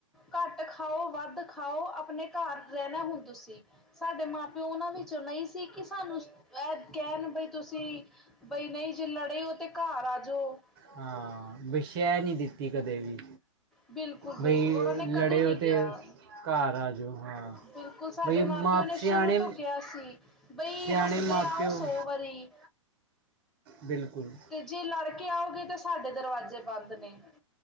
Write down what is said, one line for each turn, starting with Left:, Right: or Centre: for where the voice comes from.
Centre: ਘੱਟ ਖਾਓ ਵੱਧ ਖਾਓ ਆਪਣੇ ਘਰ ਰਹਿਣਾ ਹੁਣ ਤੁਸੀਂ ਸਾਡੇ ਮਾਂ- ਪਿਓ ਉਹਨਾਂ ਵਿੱਚੋਂ ਨਹੀਂ ਸੀ ਕਿ ਸਾਨੂੰ ਐ ਕਹਿਣ ਬਈ ਵੀ ਬਈ ਨਹੀਂ ਜੇ ਲੜੇ ਹੋ ਤੇ ਘਰ ਆ ਜਾਓ।
Right: ਹਾਂ, ਵੀ ਸੈਅ ਨਹੀਂ ਦਿੱਤੀ ਕਦੇ ਵੀ।
Centre: ਬਿਲਕੁਲ ਬਿਲਕੁਲ
Right: ਬਈ
Centre: ਉਹਨਾਂ ਨੇ ਕਦੇ
Right: ਲੜੇਓ
Centre: ਨਹੀਂ ਕਿਹਾ
Right: ਤੇ ਘਰ ਆ ਜਾਓ ਹਾਂ।
Centre: ਬਿਲਕੁਲ ਸਾਡੇ
Right: ਬਈ
Centre: ਮਾਂ-ਪਿਓ
Right: ਮਾਪ
Centre: ਨੇ
Right: ਸਿਆਣੇ
Centre: ਸ਼ੁਰੂ ਤੋਂ ਕਿਹਾ ਸੀ ਬਈ
Right: ਸਿਆਣੇ
Centre: ਹੱਸਦੇ
Right: ਮਾਪਿਓ
Centre: ਆਓ ਸੌ ਵਾਰੀ
Right: ਬਿਲਕੁਲ।
Centre: ਤੇ ਜੇ ਲੜਕੇ ਆਓਗੇ ਤਾਂ ਸਾਡੇ ਦਰਵਾਜ਼ੇ ਬੰਦ ਨੇ